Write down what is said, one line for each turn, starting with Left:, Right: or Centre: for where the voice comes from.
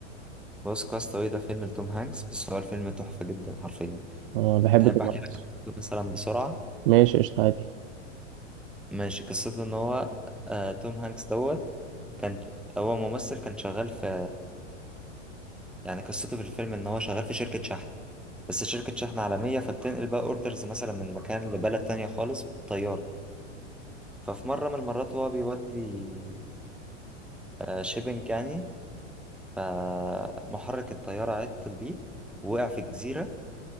Centre: بص كاستاوي ده فيلم لتوم هانكس بس هو الفيلم تحفة جدا حرفيا
Right: اه بحب
Centre: تحب
Right: توم
Centre: احكي
Right: هانكس
Centre: لك قصته مثلا بسرعة
Right: ماشي قشطة عادي
Centre: ماشي قصته ان هو آه، توم هانكس دوت كان هو ممثل كان شغال في يعني قصته في الفيلم ان هو شغال في شركة شحن بس شركة شحن عالمية فبتنقل بقى اوردرز مثلا من مكان لبلد تانية خالص بالطيارة ففي مرة من المرات هو بيودي شيبنج يعني فمحرك الطيارة عطل بيه ووقع في جزيرة